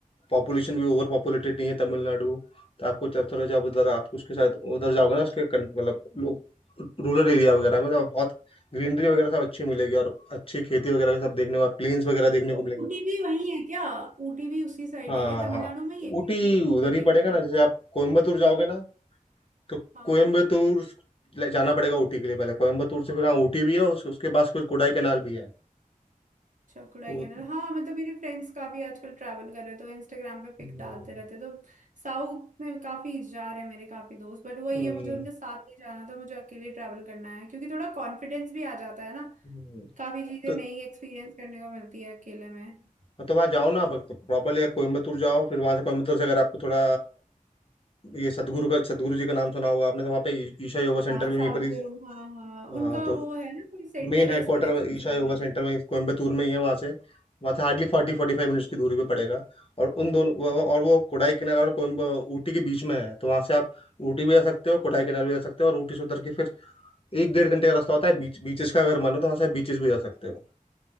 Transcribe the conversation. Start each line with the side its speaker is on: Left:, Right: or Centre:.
Left: पॉपुलेशन भी ओवर पॉपुलेटेड नहीं है तमिलनाडु तो आपको जब थोड़ा जब उधर आप उसके साथ उधर जाओगे ना उसके कन- मतलब लोग रूरल एरिया वगैरह में तो बहुत ग्रीनरी वगैरह सब अच्छी मिलेगी और अच्छी खेती वगैरह सब देखने को प्लेन्स वगैरह देखने
Right: तो
Left: को मिलेंगे
Right: ऊटी भी वही है क्या ऊटी भी उसी साइड
Left: हाँ
Right: है क्या
Left: हाँ
Right: तमिलनाडु
Left: हाँ।
Right: में ही है क्या
Left: ऊटी
Right: ऊ-
Left: उधर
Right: ऊटी
Left: ही पड़ेगा
Right: भी वही
Left: ना जैसे आप कोयम्बतूर जाओगे ना तो
Right: हाँ
Left: कोयम्बतूर
Right: हाँ
Left: ले- जाना पड़ेगा ऊटी के लिए पहले कोयम्बतूर से फिर हाँ ऊटी भी है उस, उसके पास कुछ कोडाई कैनाल भी है
Right: अच्छा कुडाई
Left: तो
Right: कैनाल हाँ मतलब मेरे फ्रेंड्स काफी आजकल ट्रैवल कर रहे हैं तो इंस्टाग्राम पे पिक
Left: हम्म,
Right: डालते रहते तो साउथ में काफी जा रहे हैं मेरे काफी दोस्त बट वही
Left: हम्म,
Right: है मुझे उनके साथ नहीं जाना था मुझे अकेले ट्रैवल करना है क्योंकि थोड़ा कॉन्फिडेंस भी आ जाता है ना
Left: हम्म,
Right: काफी चीजें
Left: तो
Right: नई एक्सपीरियंस करने को मिलती है अकेले में
Left: मतलब वहाँ जाओ ना प्रॉपरली कोयम्बतूर जाओ फिर वहाँ से कोयम्बतूर से अगर आपको थोड़ा ये सदगुरु का सदगुरु जी का नाम सुना होगा आपने तो वहाँ पे ई- ईशा योगा
Right: हाँ
Left: सेंटर भी
Right: साबजेरू
Left: वहीं पर ही
Right: हाँ हाँ
Left: हाँ
Right: उनका
Left: तो
Right: वो है ना कोई सेंटर
Left: main headquarters
Right: है स्पिरिचुअल
Left: Isha
Right: सेंटर
Left: yoga centre में कोयम्बतूर में ही है वहाँ से वहाँ से hardly forty forty five minutes की दूरी पे पड़ेगा और उन दोनों वो- और वो कोडाई कैनाल और कोयम्ब ऊटी के बीच में है तो वहाँ से आप ऊटी भी जा सकते हो कोडाई कैनाल भी जा सकते हो और ऊटी से उतर के फिर एक डेढ़ घंटे का रास्ता होता है बीच बीचेस का अगर मन हो तो वहाँ से आप बीचेस भी जा सकते हो